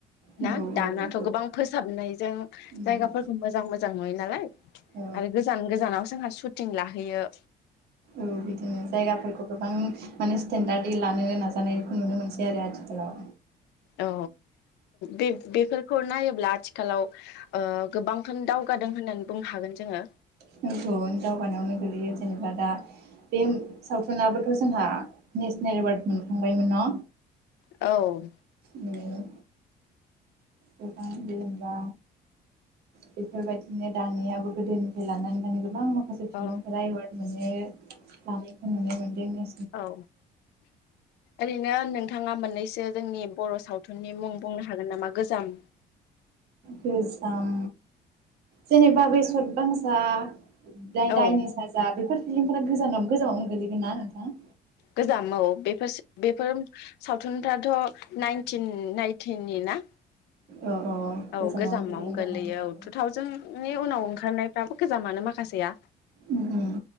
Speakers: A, on the right; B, on the left.
A: औ
B: ना
A: औ
B: दानाथ
A: औ
B: गोबां फोसाबनायजों
A: उम
B: जायगाफोरखौ मोजां मोजां नुयो नालाय
A: औ
B: आरो गोजान गोजानाव जोंहा सुट टिं लाहैयो
A: औ बिदिनो जायगाफोरखौ गोबां माने स्टेनडार्ड दि लानो नाजानायखौ नुनो मोनसै आरो आथिखालाव
B: औ बे बेफोरखौ नायोब ब्ला आथिखालाव ओ गोबांथन दावगादों होननानै बुंनो हागोन जोङो
A: बेनथन दावगानायावनो गोगलैयो जेनेबा दा बे सावथुनाबोथ जोंहा नेस्नेल एवार्ड मोनखांबायमोन ना
B: औ
A: नों गोबां जेनेबा बेफोरबायदिनो दानियाबो गोदोनिफ्राय लानानै दानि गो बां माखासे फिल्मफोरा
B: औ
A: एवार्ड मोननो लानायखौ नुनो मोन <inaudible>
B: औ ओरैनो नों थाङा मोननैसो जोंनि बर सावथुननि मुं बुंनो हागोन नामा गोजाम?
A: गोजाम जेनेबा बे सदबांसा जाय
B: औ
A: दायनि साजा बेफोर फिलिमफोरा गोजानाव गोजामावनो गोलैगोन ना नोंथां?
B: गोजाम औ बेफोर बेफोर सावथुनफ्राथ नाइनटिन नाइटिनि ना?
A: अ अ
B: औ गोजामावनो
A: गोलैगोन
B: गोगलैयो
A: जानांगौ
B: औ टु थावजेननि उनाव ओंखारनायफ्राबो गोजामानो माखासेया
A: उम उम